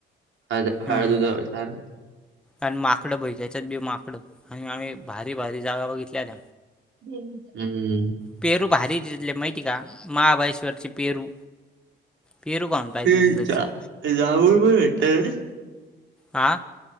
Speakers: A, on the right; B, in the centre.
A: हळंद
B: हम्म
A: हळंद उधळतांना
B: आणि माकडं बाई त्यांचेच बी माकड आणि आम्हीं भारी भारी जागां बघितल्यांत
A: हम्मं.
B: पेरू भारी जिथले माहिती कां महाबळेश्वरचे पेरू. पेरू कांन कायं
A: ते
B: तुझी त्यांलची
A: जा जांभूळ पण भेटत ना रे
B: हां